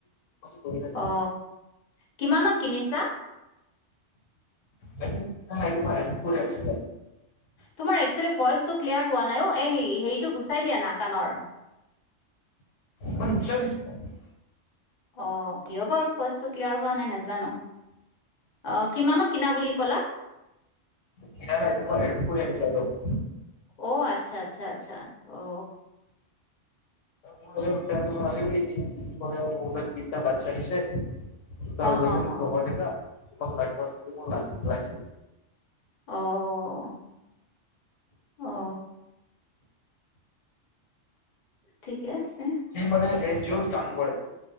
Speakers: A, on the left; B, on the left.
A: কৰি থাকে
B: অ। কিমানত কিনিছা।
A: এইটো নাই এইটো মই এডপ্ট কৰি আনিছো
B: তোমাৰ একচুৱেলি ভইচটো ক্লিয়াৰ হোৱা নাই অ এই হেৰিটো গুচাই দিয়া না কাণৰ।
A: <unintelligible>
B: অ কিয় বাৰু ভইচটো ক্লিয়াৰ হোৱা নাই নাজানো অ কিমানত কিনা বুলি কলা
A: কিনা নাই এটো ময় এডপ্ট কৰি আনিচো এডপ্ট।
B: ও আচ্ছা আচ্ছা আচ্ছা ও।
A: মোৰ এজন <unintelligible> মোৰ পৰা তিনিটা বাচ্ছা দিছে। দুটা
B: হ
A: লৈ
B: হ
A: গেল
B: হ
A: মোৰ লগৰ গিতা তোমাক লাগোৱা নকি
B: অও। অ। ঠিকে আছে।
A: সি মানে এন জি অ'ত কাম কৰে।